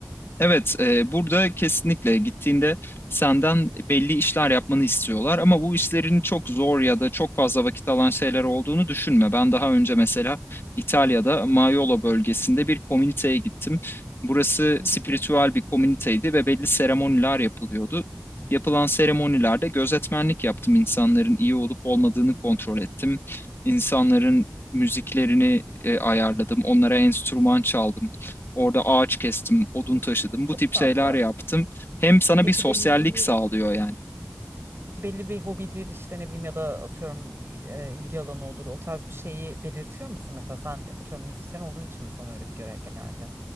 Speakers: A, on the left (about 45°); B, on the right (about 50°).
A: Evet, e, burada kesinlikle gittiğinde senden belli işler yapmanı istiyorlar ama bu işlerin çok zor ya da çok fazla vakit alan şeyler olduğunu düşünme. Ben daha önce mesela İtalya'da Maiolo bölgesinde bir komüniteye gittim. Burası
B: Hı
A: spiritüel
B: hı.
A: bir komüniteydi ve belli seremoniler yapılıyordu. Yapılan seremonilerde gözetmenlik yaptım. İnsanların iyi olup olmadığını kontrol ettim. İnsanların müziklerini e, ayarladım. Onlara enstrüman çaldım. Orada ağaç kestim, odun taşıdım,
B: Çok
A: bu tip
B: tatlı.
A: şeyler yaptım. Hem sana
B: Peki
A: bir sosyallik
B: belli bir
A: sağlıyor yani.
B: peki belli bir hobidir işte ne bileyim ya da atıyorum e, ilgi alanı olur. O tarz bir şeyi belirtiyor musun? Mesela sen atıyorum müzisyen olduğun için mi sana öyle bir görev geldi?